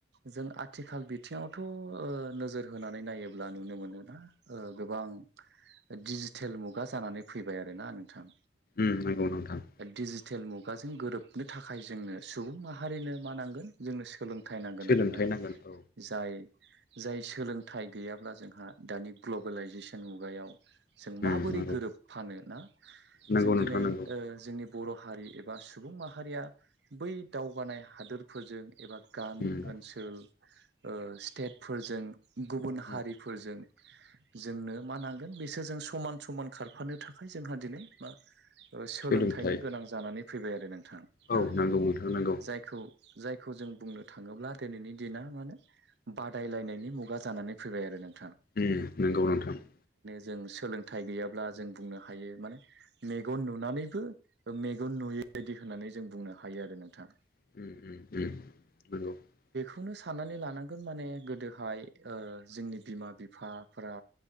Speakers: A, on the right; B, on the left.
A: जों आथिखाल बिथिङाव थ' ओ नोजोर होनानै नायोब्ला नुनो मोनो ना ओ गोबां दिडिजिटेल मुगा जानानै फैबाय आरोना नोंथां?
B: उम नंगौ नोंथां ।
A: दिडिजिटेल मुगाजों गोरोबनो थाखाय जोंनो सुबुं माहारिनो मा नांगोन जोंनो सोलों थाय नांगोन
B: सोलोंथाइ
A: आरो ना
B: नांगोन औ
A: जाय जाय सोलोंथाइ गैयाब्ला जोंहा दानि ग्लबेलाइजेसन मुगायाव जों
B: उम
A: माबोरै
B: नंगौ
A: गोरोब फानो ना
B: नंगौ
A: जों दिनै
B: नोंथां नंगौ
A: ओ जोंनि बर' हारि एबा सुबुं माहारिया बै दावगानाय हादोरफोरजों एबा गामि
B: उम
A: ओनसोल ओ स्टेटफोरजों गुबुन हारिफोरजों
B: उम
A: जोंनो मा नांगोन बेसोर जों समान-समान खारफानो थाखाय जोंहा दिनै ओ सोलोंथाइनि
B: सोलोंथाइ
A: गोनां जानानै फैबाय आरो नोंथां
B: औ
A: ना
B: नंगौ नोंथां नंगौ
A: जायखौ जायखौ जों बुंनो थाङोब्ला दोनैनि दिना माने बादायलायनायनि मुगा जानानै फैबाय आरो नों
B: उम नोंगौ नोंथां ।
A: जों सोलोंथाइ गैयाब्ला जों बुंनो हायो माने मेगन नुनानैबो मेगन नुयै बायदि होननानै जों बुंनो हायो आरो नोंथां ।
B: उम-उम-उम नोंगौ ।
A: खौनो साननानै लानांगोन माने गोदोहाय ओ जोंनि बिमा-बिफाफोरा